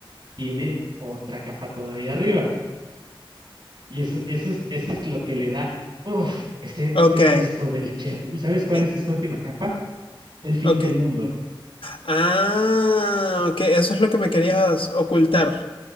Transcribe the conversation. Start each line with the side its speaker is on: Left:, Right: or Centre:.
Right: tiene otra capa todavía arriba. Y eso, eso, es, eso es lo que le da, uff, ese,
Left: Ok.
Right: ese beso del chef. ¿Y sabes cuál
Left: eh,
Right: es esa última capa? El fin
Left: ok.
Right: del mundo.
Left: Ah, ok. Eso es lo que me querías ocultar.